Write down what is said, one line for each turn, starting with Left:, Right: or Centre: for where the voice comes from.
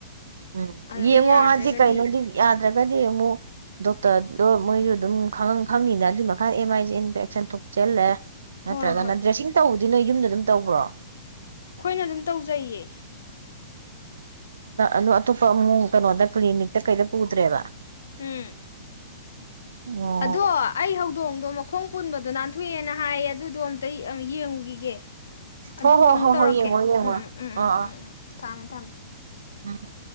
Right: ꯎꯝ
Left: ꯑꯗꯨꯗ
Right: ꯌꯦꯡꯉꯣ
Left: ꯌꯥꯗ꯭ꯔꯒꯗꯤ
Right: ꯍꯥꯏꯁꯤ ꯀꯩꯅꯣꯗꯤ ꯌꯥꯗ꯭ꯔꯒꯗꯤ ꯌꯦꯡꯉꯣ ꯗꯣꯇꯥ ꯑꯗꯣ ꯃꯣꯏꯁꯨ ꯑꯗꯨꯝ ꯈꯪꯅꯤꯅ ꯑꯗꯨꯏ ꯃꯈꯥꯗ ꯑꯦꯝ ꯑꯥꯏ ꯏꯟꯐꯦꯛꯁꯟ ꯊꯣꯛꯆꯜꯂꯦ ꯅꯠꯇ꯭ꯔꯒ
Left: ꯍꯣꯏ ꯍꯣꯏ
Right: ꯅ ꯗ꯭ꯔꯦꯁꯤ ꯇꯧ ꯑꯗꯨ ꯅꯣꯏ ꯌꯨꯝꯗ ꯑꯗꯨꯝ ꯇꯧꯕ꯭ꯔꯣ
Left: ꯑꯩꯈꯣꯏꯅ ꯑꯗꯨꯝ ꯇꯧꯖꯩꯌꯦ
Right: ꯑꯣ ꯑꯇꯣꯞꯄ ꯑꯃꯨꯛ ꯀꯩꯅꯣꯗ ꯀ꯭ꯂꯤꯅꯤꯛꯇ ꯀꯩꯗ ꯄꯨꯗ꯭ꯔꯦꯕ
Left: ꯎꯝ
Right: ꯑꯣ
Left: ꯑꯗꯣ ꯑꯩ ꯍꯧꯗꯣꯡꯗꯣ ꯃꯈꯣꯡ ꯄꯨꯟꯕꯗꯨꯣ ꯅ ꯊꯣꯛꯑꯦꯅ ꯍꯥꯏꯌꯦ ꯑꯗꯨꯗꯣ ꯑꯝꯇ ꯌꯦꯡꯉꯨꯈꯤꯒꯦ ꯑꯗꯨꯒ
Right: ꯍꯣ ꯍꯣ
Left: ꯑꯃꯨꯛ
Right: ꯍꯣ
Left: ꯇꯧꯔꯛꯀꯦ
Right: ꯍꯣꯏ ꯌꯦꯡꯉꯣ ꯌꯦꯡꯉꯣ
Left: ꯎꯝ ꯎꯝ ꯎꯝ
Right: ꯑꯥ
Left: ꯎꯝ
Right: ꯑꯥ
Left: ꯎꯝ ꯎꯝ ꯊꯝꯃꯦ ꯊꯝꯃꯦ
Right: ꯎꯝ